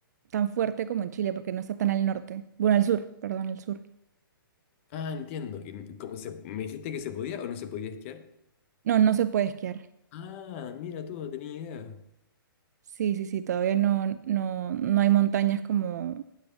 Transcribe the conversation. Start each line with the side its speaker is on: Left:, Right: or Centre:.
Right: tan fuerte como en Chile porque no está tan al norte. Bueno, al sur, perdón, al sur.
Left: Ah, entiendo. ¿Y cómo se, me dijiste que se podía o no se podía esquiar?
Right: No, no se puede esquiar.
Left: Ah, mira tú, no tenía idea.
Right: Sí, sí, sí, todavía no, no, no hay montañas como